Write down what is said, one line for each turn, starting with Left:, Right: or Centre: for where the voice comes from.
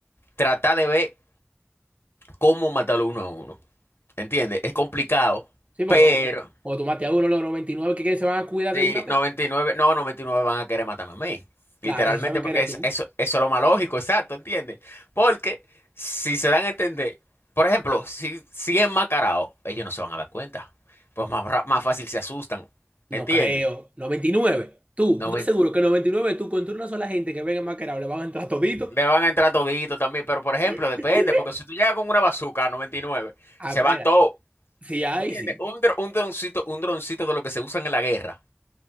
Left: tratar de ver cómo matarlo uno a uno. ¿Entiendes? Es complicado,
Right: Sí, porque
Left: pero
Right: cuando tú, cuando tú mates a uno, los 99 que que se van a cuidar
Left: Sí,
Right: de una vez.
Left: 99 no, 99 van a querer matarme a mí.
Right: Claro,
Left: Literalmente,
Right: si saben
Left: porque
Right: que eres
Left: es,
Right: tú.
Left: eso, eso es lo más lógico, exacto, ¿entiendes? Porque si se dan a entender, por ejemplo, si, si es enmascarado, ellos no se van a dar cuenta. Pues más, ra- más fácil se asustan,
Right: No
Left: ¿entiendes?
Right: creo. noventa y nueve. Tú,
Left: noventa
Right: ¿tú estás seguro que noventa y nueve. tú contra una sola gente que venga maquerado le van a entrar todito?
Left: le van a entrar todito también, pero por ejemplo,
Right: <laughs>
Left: depende, porque si tú llegas con una bazooka a 99
Right: Ah,
Left: se
Right: espera.
Left: van todos,
Right: Sí, ahí
Left: ¿entiendes?
Right: sí.
Left: Un, dro- un droncito, un droncito de lo que se usan en la guerra,